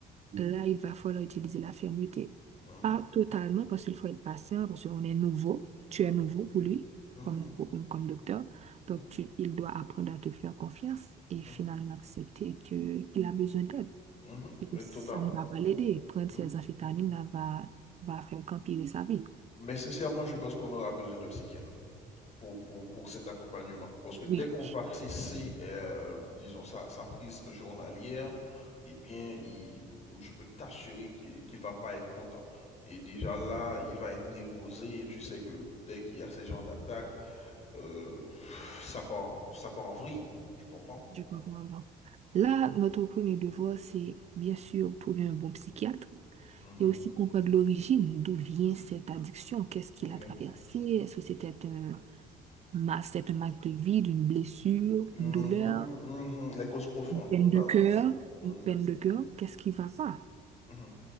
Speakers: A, on the right; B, on the left.
A: là, il va falloir utiliser la fermeté.
B: mhm,
A: Pas totalement, parce qu'il faut être patient, parce qu'on est nouveau. Tu
B: mhm,
A: es nouveau pour lui,
B: mhm,
A: comme,
B: mhm,
A: comme docteur.
B: mhm,
A: Donc, tu- il doit apprendre à te faire confiance et finalement
B: mhm,
A: accepter que, qu'il a besoin d'aide.
B: mhm, mhm.
A: Et que
B: oui,
A: ça
B: totalement.
A: ne va pas l'aider. Prendre
B: Mhm.
A: ses amphétamines là, va, va faire qu'empirer sa vie.
B: Mais sincèrement, je pense qu'on aura besoin de psychiatre pour, pour, pour cet accompagnement. Parce que dès
A: Oui,
B: qu'on va cesser, euh, disons, sa, sa prise journalière, eh bien, il- je peux t'assurer qu'il qu'il va pas être content. Et déjà là, il va être névrosé. Et tu sais que dès qu'il y a ces genres d'attaques, euh, pff, ça part, en- ça part en vrille, tu comprends?
A: je comprends. Donc, là, notre premier devoir, c'est bien sûr trouver un bon psychiatre
B: Mhm.
A: et aussi comprendre l'origine, d'où vient cette addiction, qu'est-ce qu'il
B: Ok.
A: a traversé, est-ce que c'était un, ma- c'est un manque de vie, une blessure,
B: Mhm,
A: une douleur,
B: mhm, Les causes profondes,
A: une peine
B: totalement.
A: de cœur,
B: Mhm,
A: une peine de cœur, qu'est-ce qui va pas?
B: mhm.